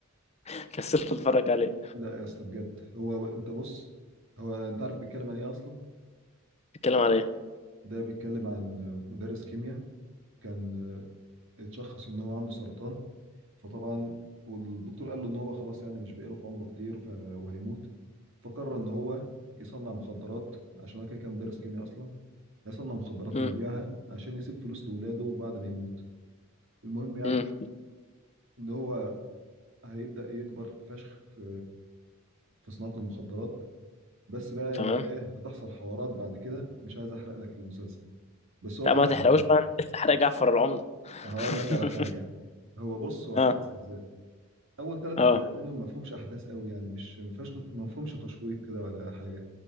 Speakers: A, on the left; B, on the right.
A: فكسلت <laughs> اتفرج عليه
B: لا يا اسطى بجد هو انت بص هو انت عارف بيتكلم عن ايه اصلا
A: بيتكلم عليه
B: ده بيتكلم عن آه، مدرس كيمياء كان آه، اتشخص ان هو عنده سرطان فطبعا والدكتور قال له ان هو خلاص يعني مش باقي له في عمره كتير ف... وهيموت فقرر ان هو يصنع مخدرات عشان هو كده كان مدرس كيمياء اصلا هيصنع مخدرات
A: امم
B: ويبيعها عشان يسيب فلوس لاولاده بعد ما يموت المهم يعني
A: امم
B: ان هو هيبدأ يكبر فشخ في في صناعة المخدرات بس بقى
A: تمام
B: ان ايه هتحصل حوارات بعد كده مش عايز احرق لك المسلسل بس هقول
A: لا ما
B: لك
A: تحرقوش
B: على حاجة
A: بقى انت لسه حرق جعفر العمدة <laughs>
B: هقول لك على حاجة هو بص هو
A: اه
B: خمس اجزاء اول ثلاث
A: اه
B: اجزاء منهم ما فيهمش احداث قوي يعني مش ما فيهاش ما فيهمش تشويق كده ولا حاجة